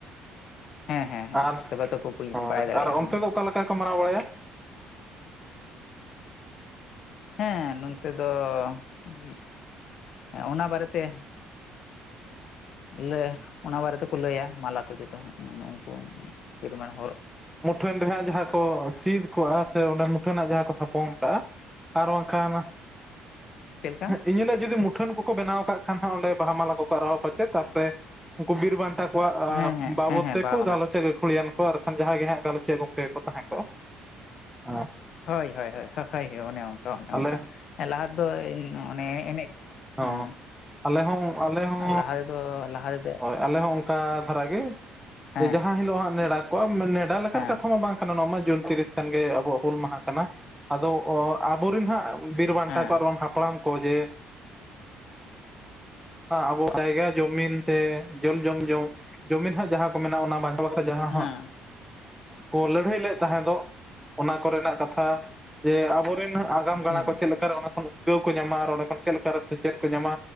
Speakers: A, on the left; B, in the centre.
A: ᱦᱮᱸ ᱦᱮᱸ ᱦᱮᱸ
B: ᱟᱨ
A: ᱛᱚᱵᱮ ᱛᱚᱠᱚ ᱵᱩᱡ
B: ᱦᱳᱭ
A: ᱵᱟᱲᱟᱭ ᱫᱟᱲᱮᱭᱟᱜᱼᱟ᱾
B: ᱟᱨ ᱚᱱᱛᱮ ᱫᱚ ᱚᱠᱟ ᱠᱚ ᱢᱟᱱᱟᱣ ᱵᱟᱲᱟᱭᱟ
A: ᱦᱮᱸ ᱱᱚᱱᱛᱮ ᱫᱚ ᱩᱹ ᱚᱱᱟ ᱵᱟᱨᱮᱛᱮ ᱞᱟᱹᱭ ᱚᱱᱟ ᱵᱟᱨᱮ ᱛᱮᱠᱚ ᱞᱟᱹᱭᱟ ᱢᱟᱞᱟ ᱠᱚ ᱡᱚᱛᱚ ᱦᱚᱲ <unintelligible> ᱩᱱᱠᱩᱢᱟᱱ ᱦᱚᱨᱚᱜ
B: ᱢᱩᱴᱷᱟᱹᱱ ᱨᱮᱭᱟᱜ ᱡᱟᱦᱟᱸ ᱠᱚ ᱥᱤᱫ ᱠᱚᱜᱼᱟ ᱥᱮ ᱚᱸᱰᱮ ᱢᱩᱴᱷᱟᱹᱱᱟᱜ ᱡᱟᱦᱟᱸ ᱠᱚ ᱛᱷᱟᱯᱚᱱ ᱠᱟᱜᱼᱟ ᱟᱨ ᱵᱟᱝᱠᱷᱟᱱ
A: ᱪᱮᱫ ᱞᱮᱠᱟ
B: ᱤᱱᱦᱤᱞᱚᱜ ᱡᱩᱫᱤ ᱢᱩᱴᱷᱟᱹᱱ ᱠᱚ ᱵᱮᱱᱟᱣ ᱠᱟᱜ ᱠᱷᱟᱱ ᱚᱸᱰᱮ ᱵᱟᱦᱟ ᱢᱟᱞᱟ ᱠᱚ ᱠᱚ ᱟᱨᱟᱣᱟ ᱪᱮᱫ ᱛᱟᱯᱚᱨᱮ ᱩᱱᱠᱩ ᱵᱤᱨ ᱵᱟᱱᱴᱟ ᱠᱚᱣᱟᱜ ᱟ
A: ᱦᱮᱸ ᱦᱮᱸ
B: ᱵᱟᱵᱚᱛ
A: ᱦᱮᱸ ᱦᱮᱸ
B: ᱛᱮᱠᱚ
A: ᱵᱟᱦᱟ ᱢᱟᱞᱟ
B: ᱜᱟᱞᱚᱪᱟ ᱜᱟᱹᱠᱷᱩᱲᱤᱭᱟᱱ ᱠᱚ ᱟᱨ ᱠᱷᱟᱱ ᱡᱟᱦᱟᱸᱭ ᱜᱮ ᱦᱟᱸᱜ ᱜᱟᱞᱚᱪᱮᱫ ᱜᱚᱝᱠᱮ ᱜᱮᱠᱚ ᱛᱟᱦᱮᱸ ᱠᱚᱜᱼᱟ ᱦᱮᱸ
A: ᱦᱳᱭ ᱦᱳᱭ ᱦᱳᱭ ᱦᱳᱭ ᱦᱳᱭ ᱚᱱᱮ ᱚᱱᱠᱟ ᱚᱱᱮ
B: ᱟᱞᱮ
A: ᱚᱱᱠᱟ ᱞᱟᱦᱟ ᱫᱚ ᱚᱱᱮ ᱮᱱᱮᱡ
B: ᱦᱚᱸ
A: ᱦᱮᱸ
B: ᱟᱞᱮ ᱦᱚᱸ ᱟᱞᱮ ᱦᱚᱸ
A: ᱞᱟᱦᱟ ᱨᱮᱫᱚ ᱞᱟᱦᱟ ᱨᱮᱫᱚ
B: ᱦᱳᱭ ᱟᱞᱮ ᱦᱚᱸ ᱚᱱᱠᱟ ᱫᱷᱟᱨᱟ ᱜᱮ
A: ᱦᱮᱸ
B: ᱡᱮ ᱡᱟᱦᱟᱸ ᱦᱤᱞᱳᱜ ᱦᱟᱜ ᱱᱮᱰᱟ ᱠᱚᱣᱟ ᱱᱮᱰᱟ ᱞᱮᱠᱟᱱ
A: ᱦᱮᱸ
B: ᱠᱟᱛᱷᱟ ᱢᱟ ᱵᱟᱝ ᱡᱩᱱ ᱛᱤᱨᱤᱥ ᱠᱷᱜ ᱟᱵᱚᱟᱜ ᱦᱩᱞ ᱢᱟᱦᱟ ᱠᱟᱱᱟ ᱟᱫᱚ ᱚ ᱟᱵᱚᱨᱮᱱ ᱦᱟᱸᱜ ᱵᱤᱨ ᱵᱟᱱᱴᱟ
A: ᱦᱮᱸ
B: ᱠᱚ ᱵᱟ ᱦᱟᱯᱲᱟᱢ ᱠᱚ ᱡᱮ ᱟᱵᱚ ᱡᱟᱭᱜᱟ ᱡᱚᱢᱤᱱ ᱥᱮ ᱡᱚᱞ ᱡᱚᱝ ᱡᱚᱝ ᱡᱩᱚᱢᱤᱱ ᱦᱟᱸᱜ ᱡᱟᱦᱟᱸ ᱠᱚ ᱢᱮᱱᱟᱜᱼᱟ ᱚᱱᱟ ᱵᱟᱝ ᱡᱟᱦᱟᱸ ᱦᱟᱸᱜ
A: ᱦᱮᱸ
B: ᱠᱚ ᱞᱟᱹᱲᱦᱟᱹᱭ ᱞᱮᱫ ᱛᱟᱦᱮᱸᱫᱚᱜ ᱚᱱᱟ ᱠᱚᱨᱮᱱᱟᱜ ᱠᱟᱛᱷᱟ ᱡᱮ ᱟᱵᱚᱨᱮᱱ ᱛᱤᱱᱟᱹᱜ ᱟᱜᱟᱢ ᱜᱟᱲᱟ
A: ᱦᱩᱸ
B: ᱠᱚ ᱪᱮᱫ ᱞᱮᱠᱟ ᱨᱮ ᱚᱱᱟ ᱠᱷᱚᱱ ᱩᱫᱽᱜᱟᱹᱣ ᱠᱚ ᱧᱟᱢᱟ ᱟᱨ ᱚᱸᱰᱮ ᱠᱷᱚᱱ ᱪᱮᱫ ᱞᱮᱠᱟ ᱨᱮ ᱥᱮᱪᱮᱫ ᱠᱚ ᱧᱟᱢᱟ